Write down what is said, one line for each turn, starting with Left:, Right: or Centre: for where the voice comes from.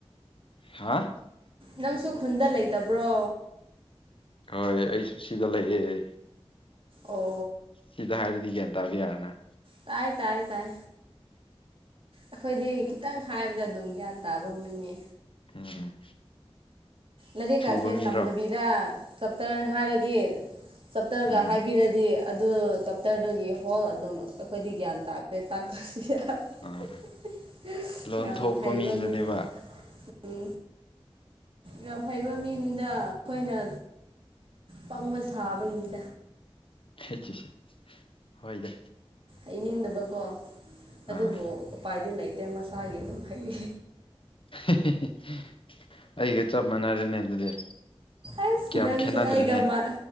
Left: ꯍꯥ
Right: ꯅꯪꯁꯨ ꯈꯨꯟꯗ ꯂꯩꯇꯕ꯭ꯔꯣ
Left: ꯍꯣꯏ ꯑꯩꯁꯨꯁꯤꯗ ꯂꯩꯑꯦ
Right: ꯑꯣ
Left: ꯁꯤꯗ ꯍꯥꯏꯔꯗꯤ ꯒ꯭ꯌꯥꯟ ꯇꯥꯕ ꯌꯥꯔꯦꯅ
Right: ꯇꯥꯏ ꯇꯥꯏ ꯇꯥꯏ ꯑꯩꯈꯣꯏꯗꯤ ꯈꯤꯇꯪ ꯍꯥꯏꯕꯗ ꯑꯗꯨꯝ ꯒ꯭ꯌꯥꯟ ꯇꯥꯕ ꯃꯤꯅꯦ
Left: ꯎꯝ
Right: ꯂꯥꯏꯔꯤꯛꯀꯥꯁꯦ
Left: ꯊꯨꯕ ꯃꯤꯔꯣ
Right: ꯇꯝꯗꯕꯤꯗ ꯆꯞꯇꯔ ꯍꯥꯏꯔꯗꯤ ꯆꯞꯇꯔꯒ
Left: ꯎꯝ
Right: ꯍꯥꯏꯕꯤꯔꯗꯤ ꯑꯗꯨ ꯆꯞꯇꯔꯗꯨꯒꯤ ꯍꯣꯜ ꯑꯗꯨꯝ ꯑꯩꯈꯣꯏꯗꯤ ꯒ꯭ꯌꯥꯟ ꯇꯥꯗꯦ ꯇꯥꯛꯇꯁꯨ ꯌꯥꯔꯦ
Left: ꯑꯥ
Right: <unintelligible>
Left: ꯂꯣꯟ
Right: ꯌꯥꯝ
Left: ꯊꯣꯛꯄ
Right: ꯍꯩꯕ
Left: ꯃꯤꯗꯨꯅꯦꯕ
Right: ꯃꯤꯅꯤ ꯎꯝ ꯌꯥꯝ ꯍꯩꯕ ꯃꯤꯅꯤꯗ ꯑꯩꯈꯣꯏꯅ ꯄꯪꯕ ꯁꯥꯕꯒꯤꯅꯤꯗ
Left: <unintelligible> ꯍꯣꯏꯗ
Right: ꯍꯩꯅꯤꯡꯗꯕꯀꯣ ꯑꯗꯨꯕꯨ
Left: ꯑꯥ
Right: ꯎꯄꯥꯏꯗꯤ ꯂꯩꯇꯦ ꯃꯁꯥꯒꯤ ꯑꯗꯨꯝ ꯍꯩ
Left: <unintelligible> ꯑꯩꯒ ꯆꯞ ꯃꯥꯟꯅꯔꯦꯅꯦ ꯑꯗꯨꯗꯤ
Right: ꯑꯁ
Left: ꯀꯌꯥꯝ
Right: ꯅꯪꯁꯨ
Left: ꯈꯦꯠꯅꯗ꯭ꯔꯦꯅꯦ
Right: ꯑꯩꯒ ꯃꯥ